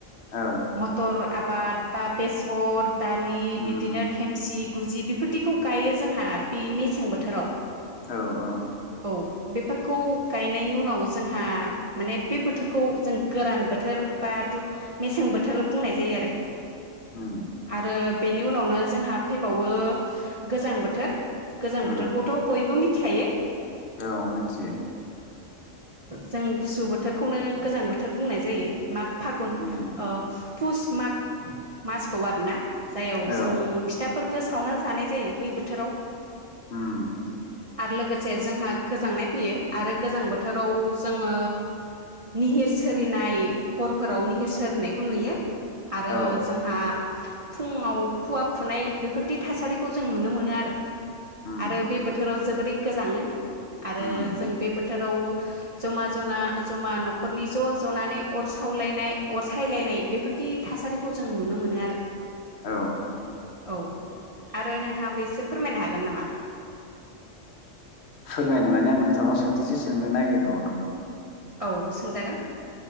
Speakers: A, on the left; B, on the right.
A: औ
B: मटर। आबाद। बा बेसर। दालि
A: उम
B: बिदिनो थेमसि। गुजि बेफोरदिखौ गायो जोंहा बे मेसें बोथोराव।
A: औ औ।
B: औ बेफोरखौ गायनायनि उनाव जोंहा माने बे बोथोरखौ जों गोरान बोथोर बा दु- मेसें बोथोर बुंनाय जायो आरो।
A: उम
B: आरो। बेनि उनावनो जोंहा फैबावो गोजां बोथोर। गोजां
A: उम
B: बोथोरखौथ' बयबो मिथि खायो
A: औ मिथियो
B: जों गुसु बोथोरखौनो गोजां बोथोर बुंनाय जायो माग फागुन
A: उम
B: ओ फुस माग मासखौ आरोना जायावबो
A: औ
B: जों फिथा फोरबो सावना जानाय जायो बै बोथोराव
A: ओम
B: आरो लोगोसे जोंहा गोजांनाय फैयो आरो गोजां बोथोराव जोङो निहिर सिरिनाय हरफोराव निहिर सिनायखौ नुयो आरो
A: औ
B: जोंहा फुङाव खुवा खुनाय बेफोरदि थासारिखौ जों नुनो मोनो
A: उम
B: आरो बे बोथोराव जोबोरै गोजाङो आरो
A: उम
B: जों बे बोथोराव जमा जना जमा न'खरनि ज' ज'नानै अर सावलायनाय अर सायलायनाय बेफोरदि थासारि खौ जों नुनो मोनो आरो
A: औ
B: औ आरो नोंथाङाबो एसे फोरमायनो हागोन नामा
A: फोरमायनो माने आं नोंथांनाव सोंथिसो सोंनो नागिरबावदोंमोन
B: औ सोंजागोन